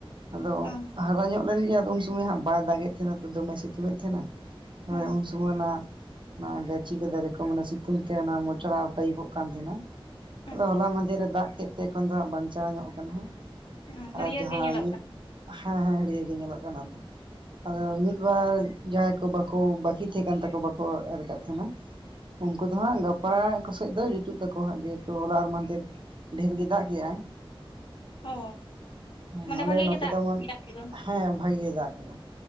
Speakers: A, on the right; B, on the left.
A: ᱟᱫᱚ
B: ᱚ
A: ᱦᱟᱨᱟ ᱧᱚᱜ ᱞᱮᱱ ᱜᱮᱭᱟ ᱟᱫᱚ ᱩᱱ ᱥᱚᱢᱚᱭ ᱦᱟᱸᱜ ᱵᱟᱭ ᱫᱟᱜᱮᱫ ᱛᱟᱦᱮᱱᱟ ᱛᱚ ᱫᱚᱢᱮ ᱥᱤᱛᱩᱝᱮᱫ ᱛᱟᱦᱮᱱᱟ ᱦᱳᱭ
B: ᱦᱮᱸ
A: ᱩᱱ ᱥᱚᱢᱚᱭ ᱚᱱᱟ ᱚᱱᱟ ᱜᱟᱹᱪᱷᱤ ᱠᱚ ᱫᱟᱨᱮ ᱠᱚ ᱠᱚ ᱢᱟᱱᱮ ᱥᱤᱛᱩᱝ ᱛᱮ ᱚᱱᱟ ᱢᱚᱪᱲᱟ ᱴᱟᱭᱤᱯᱚᱜ ᱠᱟᱱ ᱛᱟᱦᱮᱸᱱᱟ ᱟᱫᱚ
B: ᱟᱪᱪᱷᱟ
A: ᱦᱚᱞᱟ ᱢᱟᱫᱷᱮᱨ ᱮ ᱫᱟᱜ ᱠᱮᱫ ᱛᱮ ᱮᱠᱷᱚᱱ ᱫᱚ ᱦᱟᱸᱜ ᱵᱟᱧᱪᱟᱣ ᱧᱚᱜ ᱠᱟᱱᱟ ᱦᱟᱸᱜ
B: ᱚ ᱦᱟᱹᱨᱭᱟᱹᱲ
A: ᱟᱨ ᱡᱟᱦᱟᱸ
B: ᱜᱮ ᱧᱮᱞᱚᱜ
A: ᱢᱤᱫ
B: ᱠᱟᱱᱟ
A: ᱦᱮᱸ ᱦᱮᱸ ᱦᱟᱹᱨᱤᱭᱟᱹᱲ ᱜᱮ ᱧᱮᱞᱚᱜ ᱠᱟᱱᱟ ᱟᱫᱚ ᱟᱫᱚ ᱢᱤᱫ ᱵᱟᱨ ᱡᱟᱦᱟᱸᱭ ᱠᱚ ᱵᱟᱠᱚ ᱵᱟᱠᱤ ᱛᱟᱦᱮᱸ ᱠᱟᱱ ᱛᱟᱠᱚ ᱵᱟᱠᱚ ᱮᱨ ᱟᱠᱟᱫ ᱛᱟᱦᱮᱸᱱᱟ ᱩᱱᱠᱩ ᱫᱚ ᱦᱟᱸᱜ ᱜᱟᱯᱟ ᱠᱚᱥᱮᱫ ᱫᱚ ᱡᱩᱛᱩᱜ ᱛᱟᱠᱚᱣᱟ ᱦᱟᱸᱜ ᱡᱮᱦᱮᱛᱩ ᱦᱚᱞᱟ ᱟᱨ ᱢᱟᱫᱷᱮᱨ ᱰᱷᱮᱨ ᱜᱮ ᱫᱟᱜ ᱠᱮᱜ-ᱟᱭ
B: ᱚ
A: ᱦᱮᱸ
B: ᱢᱟᱱᱮ
A: ᱟᱞᱮ
B: ᱵᱷᱟᱜᱤ
A: ᱱᱚᱛᱮ
B: ᱜᱮ ᱫᱟᱜ
A: ᱫᱚ ᱮᱢᱚᱱ
B: ᱠᱮᱜ-ᱭᱟ ᱚᱱᱛᱮ ᱫᱚ
A: ᱦᱮᱸ ᱵᱷᱟᱜᱮ ᱜᱮᱭ ᱫᱟᱜ ᱠᱮᱫᱟ,